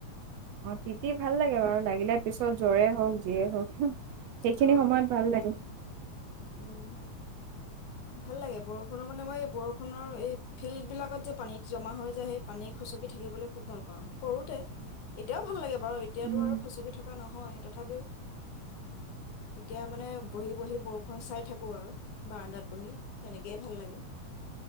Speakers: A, on the right; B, on the left.
A: অ তিতি ভাল লাগে বাৰু লাগিলে পিছত জ্বৰে হওক যিয়ে হওক সেইখিনি
B: অ অ
A: সময়ত ভাল লাগে
B: উম ভাল লাগে বৰষুণৰ মানে মই এই বৰষুণৰ এই ফিল্ড বিলাকত যে পানীত জমা হৈ যে সেই পানী খুচকি থাকিবলৈ খুব ভাল পাওঁ সৰুতে এতিয়াও ভাল লাগে বাৰু এতিয়াতো
A: উম
B: আৰু খচকি থকা নহয় তথাপিও এতিয়া মানে বহি বহি বৰষুণ চাই থাকো আৰু বাৰান্দাত বহি তেনেকেইে ভাল লাগে